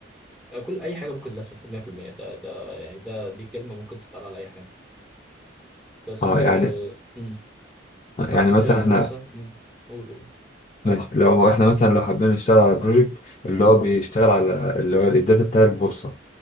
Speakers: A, in the centre; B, on the left.
A: آه، كل اي حاجه ممكن للاسف 100% ده ده يعني ده دي كلمه ممكن تتقال على اي حاجه بس
B: اه
A: آه،
B: يعني
A: مم. بس
B: يعني
A: الفكره
B: مثلا احنا
A: نفسها مم. قول
B: ماشي لو احنا مثلا لو حبينا نشتغل على بروجكت اللي
A: قول
B: هو بيشتغل على اللي هو الداتا بتاع البورصة